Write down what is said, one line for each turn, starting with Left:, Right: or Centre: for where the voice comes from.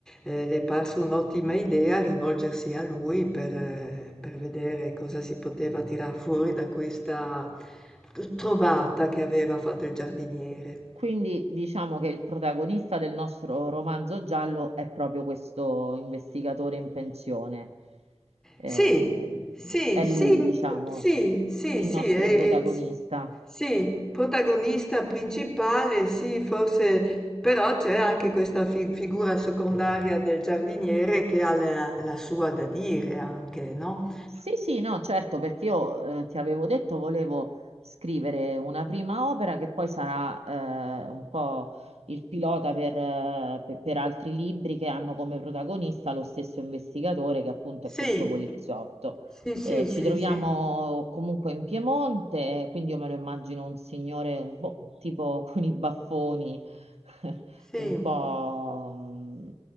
Centre: eh, le è parso un'ottima idea rivolgersi a lui per eh, per vedere cosa si poteva tirar fuori da questa t trovata che aveva fatto il giardiniere.
Right: Quindi diciamo che il protagonista del nostro romanzo giallo è proprio questo investigatore in pensione. Eh,
Centre: Sì, sì,
Right: è
Centre: sì,
Right: lui,
Centre: mh,
Right: diciamo,
Centre: sì, sì,
Right: il
Centre: sì,
Right: nostro
Centre: e
Right: protagonista.
Centre: e s sì, protagonista principale, sì, forse però c'è anche questa fi figura secondaria del giardiniere che ha la la sua da dire anche, no?
Right: Sì, sì, no, certo, perché io eh, ti avevo detto volevo scrivere una prima opera che poi sarà eh, un po' il pilota per, eh, per- per altri libri che hanno come protagonista lo stesso investigatore che appunto
Centre: Sì,
Right: è questo poliziotto.
Centre: sì, sì,
Right: Eh,
Centre: sì,
Right: ci troviamo
Centre: sì.
Right: comunque in Piemonte, quindi io me lo immagino un signore boh, tipo con i baffoni <laughs>
Centre: Sì,
Right: un po' mm,